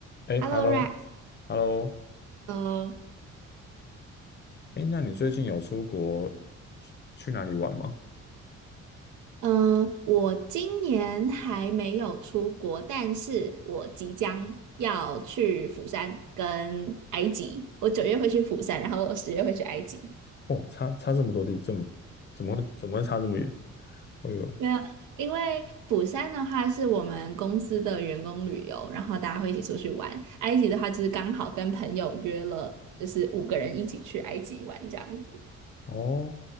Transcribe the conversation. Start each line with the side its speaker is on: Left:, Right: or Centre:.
Left: 哎，hello，hello，
Right: Hello Rex，Hello，
Left: 哎，那你最近有出国去哪里玩吗？
Right: 嗯，我今年还没有出国，但是我即将要去釜山跟埃及。我九月会去釜山，然后十月会去埃及。
Left: 哦，差差这么多地，这么怎么会怎么会差这么远？哎呦，
Right: 没有，因为釜山的话是我们公司的员工旅游，然后大家会一起出去玩。埃及的话就是刚好跟朋友约了，就是五个人一起去埃及玩这样子。
Left: 哦，